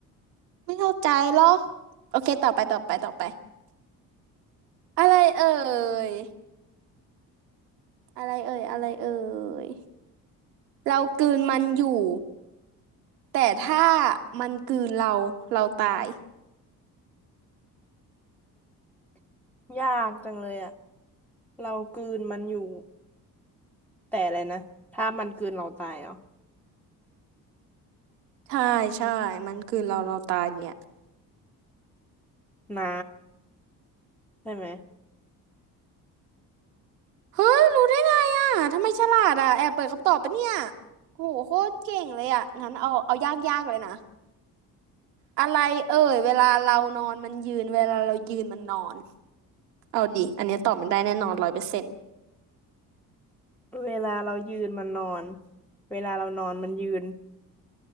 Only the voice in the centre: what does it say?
อยากจังเลยอะเรากลืนมันอยู่แต่อะไรนะถ้ามันกลืนเราตายเหรอ
น้ำใช่ไหม
เวลาเรายืนมันนอนเวลาเรานอนมันยืน